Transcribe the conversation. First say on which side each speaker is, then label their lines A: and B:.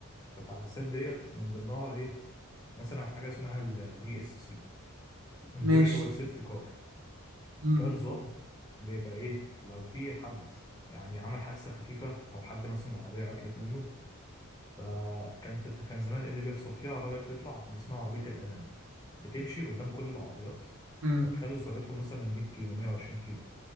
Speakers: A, on the left; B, on the right.
A: فالتحديثات ديت من ضمنها إيه مثلا حاجة اسمها الفي اس سي الفيرتشوال
B: ماشي
A: سيفتي كار
B: مم.
A: ده نظام بيبقى إيه لو في حد يعني عمل حادثة خفيفة أو حد مثلا العربية عطلت منه فكان في كان زمان إيه اللي بيحصل فيها عربية بتطلع دي اسمها عربية الأمان بتمشي قدام كل العربيات
B: مم.
A: وتخلي سرعتهم مثلا 100 كيلو 120 كيلو